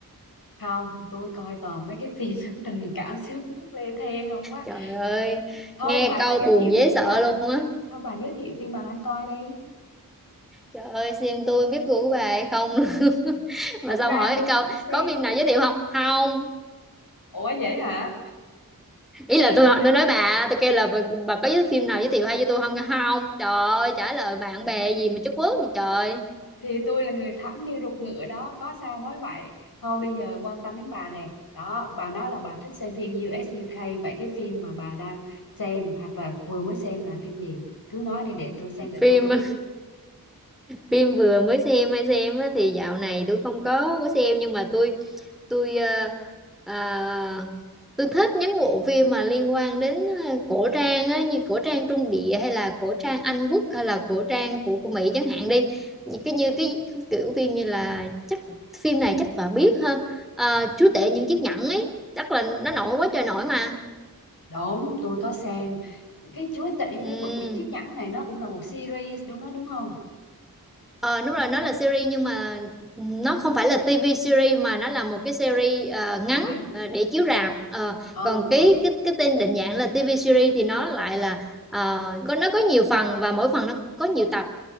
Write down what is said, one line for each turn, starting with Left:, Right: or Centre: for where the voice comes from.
Left: không tôi coi toàn mấy cái phim <laughs> tình cảm sướt mướt lê thê không quá
Centre: Trời ơi,
Left: thôi
Centre: nghe
Left: bà
Centre: câu
Left: bà giới
Centre: buồn
Left: thiệu
Centre: dễ
Left: phim
Centre: sợ
Left: bà đang
Centre: luôn á.
Left: thôi bà giới thiệu phim bà đang coi đi
Centre: Trời ơi, xin tôi biết gu của bà hay không <laughs>
Left: thật
Centre: mà xong
Left: ra
Centre: hỏi
Left: tôi
Centre: câu
Left: cũng xem
Centre: có phim nào giới thiệu không? Không.
Left: ủa vậy hả
Centre: Ý
Left: <laughs>
Centre: là tôi tôi nói bà, tôi kêu là bà, bà có giới phim nào giới thiệu hay cho tôi không? Không. Trời ơi, trả lời bạn bè gì mà chất quốc gì trời.
Left: thì tôi là người thẳng như ruột ngựa đó có sao nói vậy thôi bây giờ quan tâm đến bà nè đó bà nói là bà thích xem phim U.S. u UK vậy cái phim mà bà đang xem hoặc là vừa mới xem là phim gì cứ nói đi để tôi xem để
Centre: Phim
Left: tôi có biết
Centre: phim vừa mới xem hay xem á, thì dạo này tôi không có có xem nhưng mà tôi tôi ờ, ờ, tôi thích những bộ phim mà liên quan đến ờ, cổ trang á, như cổ trang Trung Địa hay là cổ trang Anh Quốc hay là cổ trang của của Mỹ chẳng hạn đi như cái như cái kiểu phim như là chắc phim này chắc bà biết ha Ờ, Chúa tể những chiếc nhẫn ấy chắc là nó nổi quá trời nổi mà
Left: Đúng, tôi có xem cái Chúa Tể
Centre: ừ.
Left: của Triển Chiếc Nhẫn này nó cũng là một series đúng đó đúng không?
Centre: Ờ đúng rồi nó là series nhưng mà nó không phải là TV series mà nó là một cái series ờ, ngắn
Left: Điện ảnh.
Centre: ờ, để chiếu rạp Ờ,
Left: Ừ,
Centre: còn cái
Left: đó.
Centre: cái cái tên định dạng là TV series thì nó lại là ờ, có nó có nhiều phần và mỗi phần nó có nhiều tập